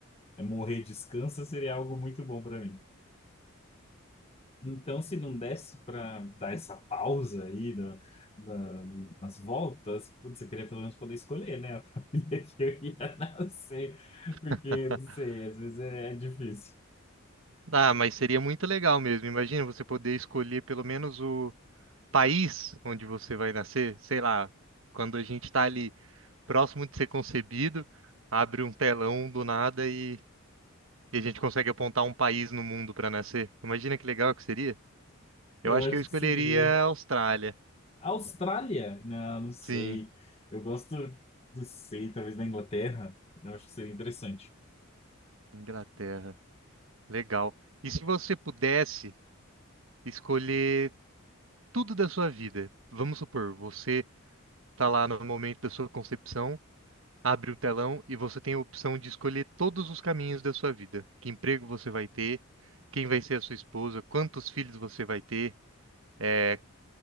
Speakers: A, on the left (about 30°); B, on the right (about 65°).
A: é, morrer descansa seria algo muito bom para mim. Então, se não desse para dar essa pausa aí na- na- nas voltas, putz, eu queria pelo menos poder escolher, né, a <laughs> família que eu ia nascer, porque,
B: <laughs>
A: não sei, às vezes é, é difícil.
B: Ah, mas seria muito legal mesmo. Imagina você poder escolher pelo menos o país onde você vai nascer, sei lá, quando a gente tá ali. próximo de ser concebido, abre um telão do nada e, e a gente consegue apontar um país no mundo para nascer. Imagina que legal que seria. Eu
A: Eu
B: acho
A: acho
B: que eu escolheria
A: que seria.
B: a Austrália.
A: Austrália? Não, não sei.
B: Sim,
A: Eu gosto, não sei, talvez da Inglaterra. Eu acho que seria interessante.
B: Inglaterra. Legal. E se você pudesse escolher tudo da sua vida? Vamos supor, você está lá no momento da sua concepção, abre o telão e você tem a opção de escolher todos os caminhos da sua vida. Que emprego você vai ter? Quem vai ser a sua esposa? Quantos filhos você vai ter? eh,